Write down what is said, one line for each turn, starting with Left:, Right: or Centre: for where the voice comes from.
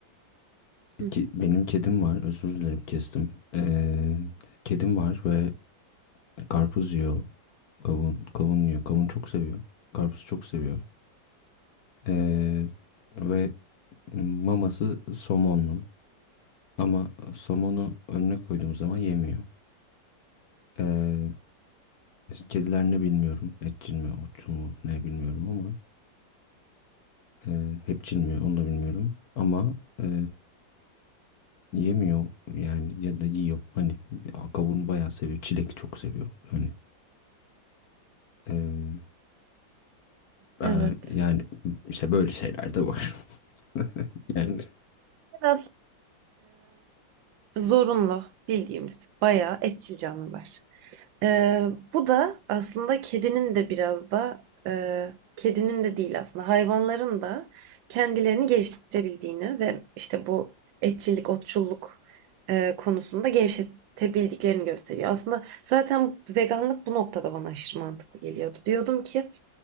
Right: hı,
Left: ki- benim kedim var. Özür dilerim kestim. E, kedim var ve karpuz yiyor. Kavun, kavun yiyor. Kavun çok seviyor. Karpuz çok seviyor. Ee, ve maması somonlu. Ama somonu önüne koyduğum zaman yemiyor. Ee, kediler ne bilmiyorum. Etçil mi, otçul mu ne bilmiyorum ama e, hepçil mi onu da bilmiyorum. Ama e, yemiyor yani ya da yiyor. Hani bir- kavun bayağı seviyor. Çilek çok seviyor. Hani em,
Right: Evet.
Left: e, yani işte böyle şeyler de var. <laughs> Yani,
Right: Biraz Zorunlu bildiğimiz bayağı etçil canlılar. Ee, bu da aslında kedinin de biraz da e, kedinin de değil aslında hayvanların da kendilerini geliştirebildiğini ve işte bu etçillik, otçulluk e, konusunda gevşetebildiklerini gösteriyor. Aslında zaten veganlık bu noktada bana aşırı mantıklı geliyordu. Diyordum ki